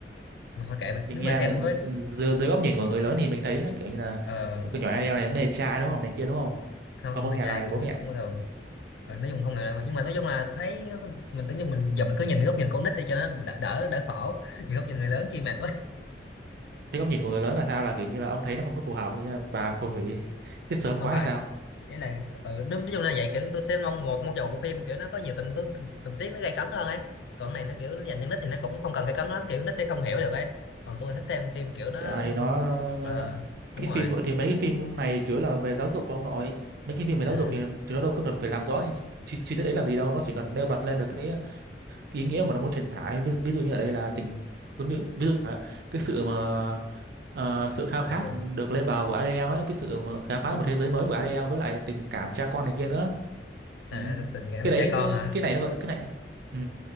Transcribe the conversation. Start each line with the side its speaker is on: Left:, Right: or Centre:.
Left: mà thôi kệ mình
Right: mình
Left: nếu
Right: nghe
Left: mình xem
Right: là d-
Left: với
Right: dưới, dưới góc nhìn của người lớn thì mình thấy nó kiểu như là
Left: ờ
Right: con nhỏ Ariel này nó mê trai đúng không này kia đúng không
Left: không
Right: không
Left: không
Right: có
Left: mai
Right: nghe
Left: trai
Right: lời
Left: của
Right: bố
Left: mình
Right: mẹ
Left: cũng bình thường Ờ, nói chung không ngờ đâu mà nhưng mà nói chung là thấy mình tưởng như mình giờ mình cứ nhìn góc nhìn con nít đi cho nó đỡ đỡ, đỡ khổ nhìn góc nhìn người lớn chi mệt quá
Right: thế góc nhìn của người lớn là sao là kiểu như là ông thấy nó không có phù hợp như là bà phù thủy chết
Left: <laughs>
Right: sớm
Left: không
Right: quá
Left: phải
Right: hay sao
Left: đấy là ừ, nói, nói chung là vậy kiểu tôi xem mong một mong chờ một bộ phim kiểu nó có nhiều tình tình, tình, tình tiết nó gay cấn hơn ấy còn cái này nó kiểu nó dành cho nít thì nó cũng không cần gay cấn lắm kiểu nít sẽ không hiểu được ấy còn tôi thích xem phim kiểu nó
Right: Chả
Left: ừ,
Right: thì nó
Left: ờ,
Right: ờ,
Left: đúng
Right: cái
Left: rồi
Right: phim thì mấy cái phim này chủ yếu là về giáo dục và ông nội mấy cái phim về giáo
Left: ừ.
Right: dục thì, thì nó đâu có cần phải làm rõ chi, chi, chi tiết đấy làm gì đâu nó chỉ cần nêu bật lên được cái, cái ý nghĩa mà nó muốn truyền tải ví, ví dụ như ở đây là tình giống như ví dụ là cái sự mà ờ, sự khao khát
Left: tại vì
Right: được lên bờ của Ariel ấy cái sự mà khám phá một thế giới mới của Ariel với lại tình cảm cha con này kia nữa
Left: à,
Right: ừ.
Left: tình tình cảm
Right: cái đấy
Left: cha con
Right: cái
Left: hả
Right: cái này nó còn cái này ừ.